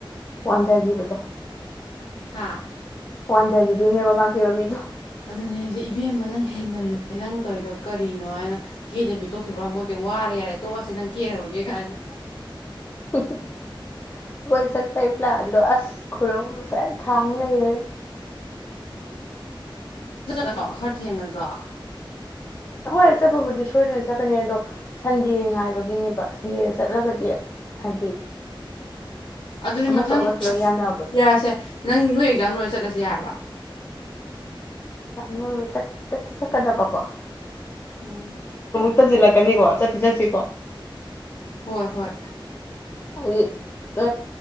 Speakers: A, on the left; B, on the left.
A: ꯋꯥꯟꯊꯈꯤꯕꯗꯣ
B: ꯍꯥ
A: ꯋꯥꯟꯗꯔꯒꯤꯗꯨꯣꯏꯅꯦꯕ ꯃꯥꯀꯦꯕ ꯃꯤꯗꯣ
B: ꯑꯗꯨꯅꯦ ꯑꯩꯁꯦ ꯏꯕꯦꯝꯃ ꯅꯪ ꯍꯦꯟꯃꯜꯂꯦ ꯅꯪ ꯇꯧꯔꯤꯗꯣ ꯀꯔꯤꯅꯣ ꯍꯥꯏꯅ ꯀꯦꯗꯕꯤ ꯇꯣꯛꯈꯤꯕ꯭ꯔꯥ ꯃꯣꯠꯇꯦ ꯋꯥꯔꯦ ꯌꯥꯔꯦ ꯇꯣꯛꯑꯁꯦ ꯅꯪ ꯀꯦꯔꯔꯒꯦ ꯀꯥꯏꯅ
A: ꯑꯩꯈꯣꯏ ꯆꯠꯄꯩ ꯄ꯭ꯂꯥꯟꯗꯣ ꯑꯁ ꯈꯨꯔꯧ ꯐꯖꯅ ꯊꯥꯡ ꯂꯩꯔꯦ
B: ꯠꯂꯣ ꯈꯔ ꯊꯦꯡꯉꯁ
A: ꯍꯣꯏ ꯆꯠꯄꯕꯨꯗꯤ ꯁꯣꯏꯗꯅ ꯆꯠꯀꯅꯤ ꯑꯗꯣ ꯁꯟꯗꯦ ꯉꯥꯏꯕꯒꯤꯅꯦꯕ ꯁꯟꯗꯦꯗ ꯆꯠꯂꯒꯗꯤ ꯍꯥꯏꯗꯤ
B: ꯑꯗꯨꯗꯤ
A: ꯑꯃꯁꯨ
B: ꯃꯊꯪ
A: ꯑꯃꯁꯨ ꯂꯣꯏ ꯌꯥꯅꯕꯗꯣ
B: ꯌꯥꯔꯁꯦ ꯅꯪ ꯅꯣꯏ ꯆꯪ ꯂꯣꯏ ꯆꯠꯂꯁꯤ ꯌꯥꯔꯕ
A: ꯌꯥꯝ ꯆꯠ ꯆꯠꯀꯗꯕꯀꯣ
B: ꯎꯝ
A: ꯆꯊꯁꯤꯜꯂꯛꯀꯅꯤꯀꯣ ꯆꯠꯁꯤ ꯆꯠꯁꯤꯀꯣ
B: ꯍꯣꯏ ꯍꯣꯏ
A: ꯍꯥꯏꯗꯤ ꯅ